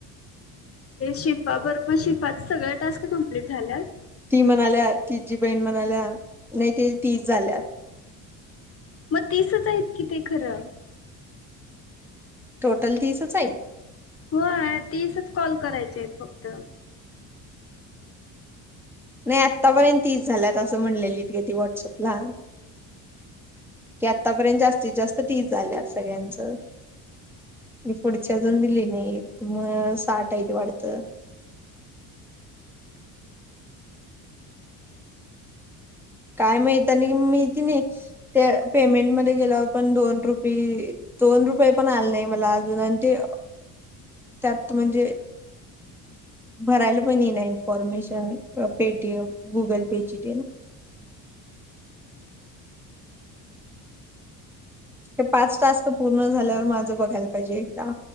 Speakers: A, on the left; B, in the centre.
A: शिफा बरो मग शिफाचा सगळ टास्क कम्प्लीट झाल्यात.
B: म्हणाल्यात तिजी बहीण म्हणाल्या नाही ते तीच झाल्यात.
A: म तीसच आहेत की ते खरं
B: टोटल तीसच आहे.
A: हो तीसच कॉल करायची आहेत फक्त
B: नाही आत्तापर्यंत तीस झाल्यात असं म्हणलेली ग ती ‌व्हॉट्सअपला की आतापर्यंत जास्तीत जास्त तीस झाल्यात सगळ्यांच मी पुढची अजून दिली नाही मग साठ आहेत वाटत. काय माहित नाही मीकी नाही त्या पेमेंटमध्येध्ये गेल्यावर पण दोन रुपय दोन रुपये पण आले नाही मला अजून आणि ते त्यात म्हणजे भरायला पण ये ना इन्फॉर्मेशन पेटीएम गुगल पेची दे ना हे पाच टास्क पूर्ण झाल्यावर माझं बघायला पाहिजे एकदा